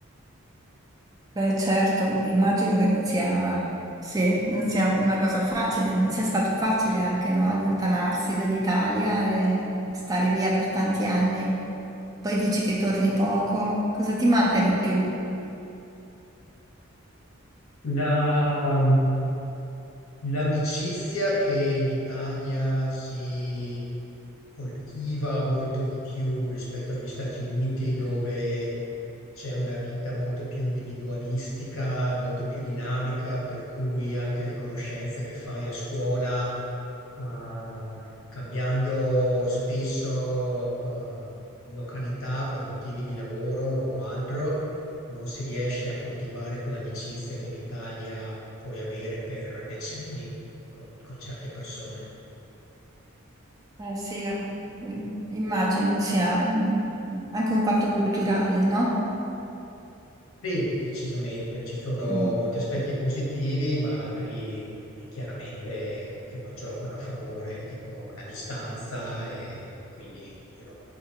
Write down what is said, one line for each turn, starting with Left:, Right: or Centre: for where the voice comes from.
Right: Beh, certo, immagino che non sia, sì, non sia una cosa facile, non sia stato facile anche no, allontanarsi dall'Italia e stare via per tanti anni. Poi dici che torni poco, cosa ti manca di più?
Left: La- um, l'amicizia che in Italia si coltiva molto di più rispetto agli Stati Uniti, dove c'è una vita molto più individualistica, molto più dinamica, per cui anche le conoscenze che fai a scuola eh, cambiando spesso eh, località per motivi di lavoro o altro, non si riesce a coltivare quell'amicizia che in Italia puoi avere per decenni con, con certe persone.
Right: Eh, sì, la- mm, immagino sia mm, anche un fatto culturale, no?
Left: Sì, decisamente, ci sono
Right: Mm.
Left: molti aspetti positivi, ma altri eh, chiaramente che non giocano a favore, tipo la distanza, e quindi you know,